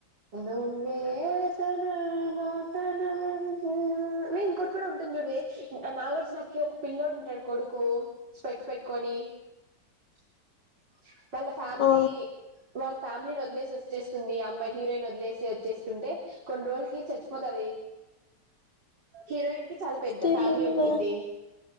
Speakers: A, on the right (about 80°); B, on the left (about 75°).
A: నువ్వే తన ఐదోతనమని <unintelligible> ఇంకోటి కూడా ఉంటుం. దిజుడువే, నాగార్జునకి ఒక పిల్లోడు ఉంటాడు. కొడుకు స్పెడ్స్ పెట్టుకొని. <inaudible> వాళ్ళ ఫ్యామిలీ,
B: ఆ
A: వాళ్ళ ఫ్యామిలీని వదిలేసి వచ్చేస్తుంది ఆ అమ్మాయి. హీరోయిన్ వదిలేసి వచ్చేస్తుంటే. కొన్ని రోజులకి చచ్చిపోతాది. హీరోయిన్‌కి చాలా పెద్ద
B: తెలియదు
A: ఫ్యామిలీ ఉంటుంది.
B: కదా